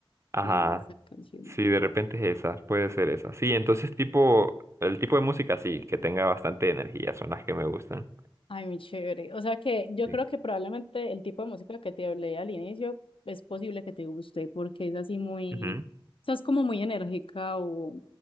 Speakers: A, on the right (about 30°); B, on the left (about 70°).
A: ajá.
B: el- esa canción.
A: Sí, de repente es esa, puede ser esa. Sí, entonces tipo, el tipo de música sí, que tenga bastante energía, son las que me gustan.
B: Ay, muy chévere. O sea que yo
A: Sí.
B: creo que probablemente el tipo de música que te hablé al inicio es posible que te guste porque es así muy,
A: Ujú.
B: o sea, es como muy enérgica o,